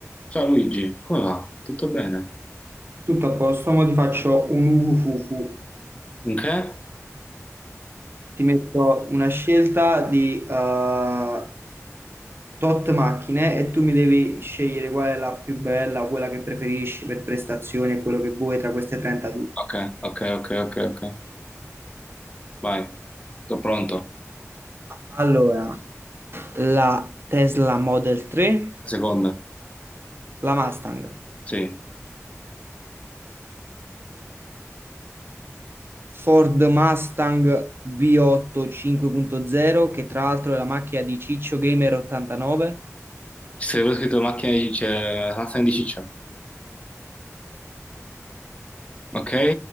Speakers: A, on the left; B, on the right.
A: Ciao Luigi, come va? Tutto bene?
B: Tutto a posto, ora ti faccio un uvufufu.
A: Un che?
B: Ti metto una scelta di eh, tot macchine e tu mi devi scegliere qual è la più bella, quella che preferisci per prestazioni e quello che vuoi tra queste 32.
A: Ok, ok, ok, ok, ok. Vai, sono pronto.
B: Allora, la Tesla Model 3,
A: La seconda.
B: la Mustang,
A: Sì.
B: Ford Mustang V8 5.0, che tra l'altro è la macchina di Ciccio Gamer 89,
A: Ci sarebbe scritto macchina di ciccia, la macchina di ciccia. Ok?